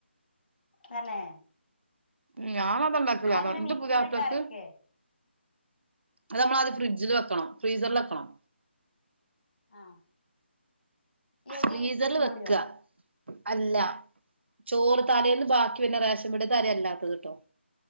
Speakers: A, on the left (about 50°); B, on the right (about 65°).
A: തന്നെ
B: ഉം ഞാനാതാണ്ടാക്കല
A: അങ്ങനെ
B: അത എന്ത്
A: മിക്സിയിലിട്ട്
B: പുതിയപ്പളക്ക്
A: അരക്കേ
B: അത് നമ്മളത് ഫ്രിഡ്ജിൽ വെക്കണം ഫ്രീസറിൽ വെക്കണം
A: ആഹ് ഏത്
B: ഫ്രീസറി
A: പുട്ടുംപൊടിയോ
B: വെക്ക അല്ല ചോറ്
A: ഏഹ്
B: താലേന്ന് ബാക്കി വന്നെ റേഷം പീടിയത്തെ അല്ലാത്തത് ട്ടോ